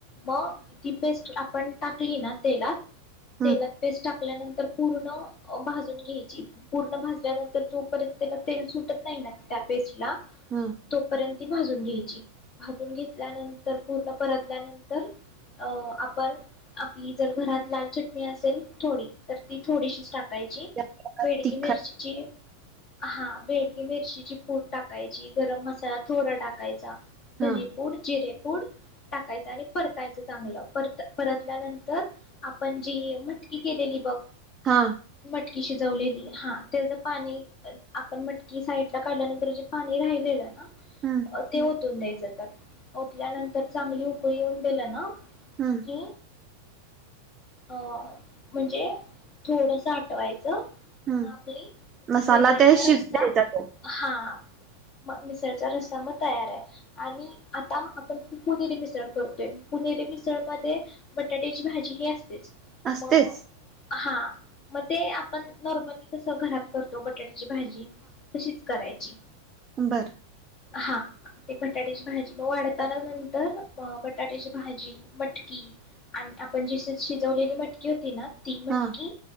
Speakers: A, on the left (about 40°); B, on the right (about 25°).
A: मग ती पेस्ट आपण टाकली ना तेलात
B: हम्म
A: तेलात पेस्ट टाकल्यानंतर पूर्ण भाजून घ्यायची पूर्ण भाजल्यानंतर तोपर्यंत त्याला तेल सुटत नाही ना त्या पेस्ट ला
B: हम्म
A: तोपर्यंत भाजून घ्यायची भाजून घेतल्यानंतर पूर्ण परतल्यानंतर अ आपण आपली जर घरात लाल चटणी असेल थोडी तर ती थोडीशी स्टा टाकायची
B: त्या
A: बेडगी
B: तिखट
A: मिरचीची हा बेडगी मिरचीची पूड टाकायची गरम मसाला थोडा टाकायचा धनीपूर
B: हा
A: जिरे ूड टाकायचं आणि परतायचं चांगलं परत परतल्यानंतर आपण जी मटकी केलेली बघ
B: हा
A: मटकी शिजवलेली हा त्याच पाणी आपण मटकी साईडला काढल्यानंतर जे पाणी राहिलेलं ना
B: हम्म
A: ते व त द्याय जातात ओतल्यानंतर चांगली उकळी येऊन दिला ना
B: हम्म
A: की अ म्हणजे थोडस आटवायचं
B: हम्म
A: मापली
B: मसाला
A: विसरायचा
B: ते शिजू
A: रस्ता
B: द्यायचा तो
A: हा आ म मिसळचा रस्सा म तयार आय आणि आता आपण पुनेरी मिसळ करतोय पुनेरी मिसळ मध्ये बटाट्याची भाजी ही असते तेच
B: असतेच
A: मग हा मग ते आपण नॉर्मली कसं घरात करतो बटाट्या भाजी तशीच करायची
B: ं बर
A: हा ते बटाट्याची भाजी मग वाढताना नंतर बटाट्याची भाजी मटकी आणि आपण जी शिजवलेली मटकी होती ना ती मटकी
B: हा